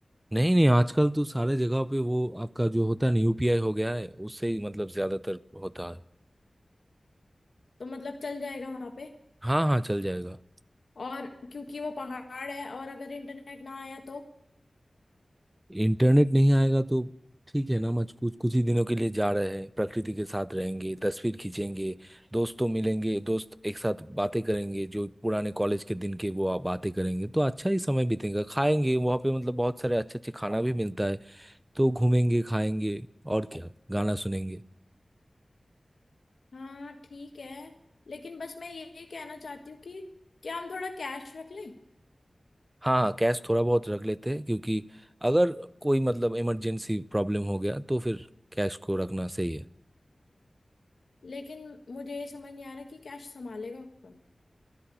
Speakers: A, on the right; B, on the left.
A: नहीं नहीं आजकल तो सारे जगह पे वो आपका जो होता है ना यूपीआई हो गया है उससे ही मतलब ज्यादातर होता है
B: तो मतलब चल जाएगा वहां पे
A: हाँ हाँ चल जाएगा
B: और क्योंकि वो पहाड़ है और अगर इंटरनेट ना आया तो
A: इंटरनेट नहीं आएगा तो ठीक है ना मच कुछ कुछ ही दिनों के लिए जा रहे हैं प्रकृति के साथ रहेंगे तस्वीर खींचेंगे दोस्तों मिलेंगे दोस्त एक साथ बातें करेंगे जो पुराने कॉलेज के दिन के वो आप बातें करेंगे तो अच्छा ही समय बीतेगा खाएंगे वहाँ पे मतलब बहुत सारे अच्छे अच्छे खाना भी मिलता है तो घूमेंगे खाएंगे और क्या गाना सुनेंगे
B: हाँ ठीक है लेकिन बस मैं ये कहना चाहती हूँ कि क्या हम थोड़ा कैश रख लें
A: हाँ हाँ कैश थोड़ा बहुत रख लेते हैं क्योंकि अगर कोई मतलब इमरजेंसी प्रॉब्लम हो गया तो फिर कैश को रखना सही है
B: लेकिन मुझे ये समझ नहीं आ रहा कि कैश संभालेगा कौन